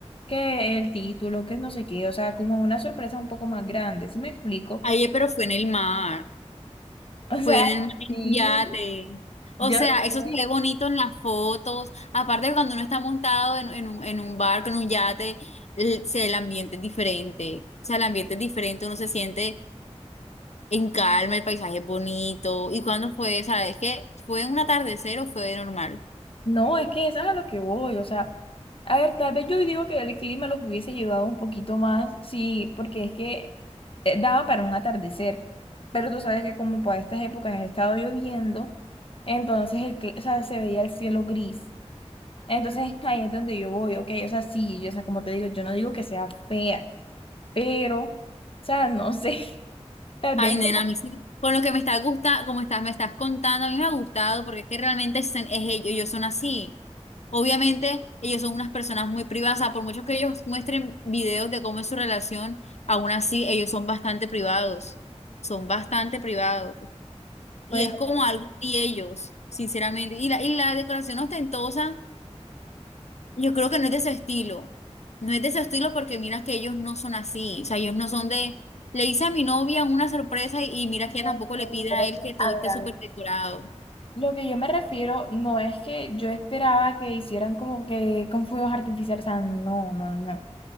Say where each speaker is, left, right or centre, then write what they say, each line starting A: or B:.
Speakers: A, on the left; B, on the left.
A: que el título, que no sé qué, o sea, como una sorpresa un poco más grande, ¿sí me explico?
B: Ayer, pero fue en el mar.
A: <laughs> O sea,
B: Pueden en
A: sí,
B: un yate. O
A: yo
B: sea,
A: sé.
B: eso se ve bonito en las fotos. Aparte de cuando uno está montado en, en un, en un barco, en un yate, el, se- el ambiente es diferente. O sea, el ambiente es diferente, uno se siente en calma, el paisaje es bonito. ¿Y cuándo fue? ¿Sabes qué? ¿Fue un atardecer o fue normal?
A: No, es que eso es a lo que voy, o sea, a ver, tal vez yo digo que el clima los hubiese llevado un poquito más, sí, porque es que eh, daba para un atardecer, pero tú sabes que como para estas épocas ha estado lloviendo, entonces el, cli- o sea, se veía el cielo gris, entonces <laughs> ahí es donde yo voy, ok, o sea, sí, yo, o sea, como te digo, yo no digo que sea fea, pero, o sea, no sé, <laughs> tal
B: Ay,
A: vez
B: nena,
A: como,
B: a mí sí. Con lo que me está gusta, como estás, me estás contando, a mí me ha gustado porque es que realmente es, es ellos, ellos son así. Obviamente, ellos son unas personas muy privadas, o sea, por mucho que ellos muestren videos de cómo es su relación, aún así ellos son bastante privados, son bastante privados. Y
A: pues,
B: es como algo de ellos, sinceramente. Y la, y la decoración ostentosa. Yo creo que no es de su estilo. No es de su estilo porque mira que ellos no son así. O sea, ellos no son de. Le hice a mi novia una sorpresa y, y mira que
A: no
B: tampoco
A: sé,
B: le pide
A: pero
B: a
A: es
B: él
A: que,
B: que todo
A: a ver,
B: esté
A: a
B: súper
A: ver.
B: decorado.
A: Lo que yo me refiero no es que yo esperaba que hicieran como que con fuegos artificiales, o sea, no, no, no, no.